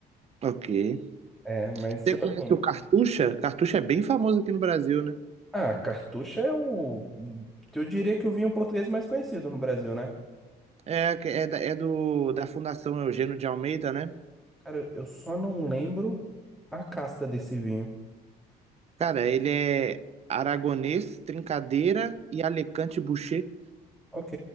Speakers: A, on the right; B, in the centre.
A: Ok.
B: É, mas
A: Você
B: tipo
A: conhece
B: assim,
A: o Cartucha? Cartucha é bem famoso aqui no Brasil, né?
B: ah, Cartucho é o, eu diria que o vinho português mais conhecido no Brasil, né?
A: É, é, da- é do, da Fundação Eugênio de Almeida, né?
B: Cara, eu só não lembro a casta desse vinho.
A: Cara, ele é aragonês, trincadeira e Alicante Boucher.
B: Ok,